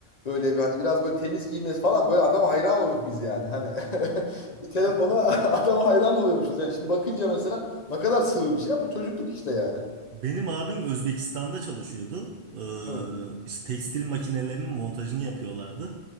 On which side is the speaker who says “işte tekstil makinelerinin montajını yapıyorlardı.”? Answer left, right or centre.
Right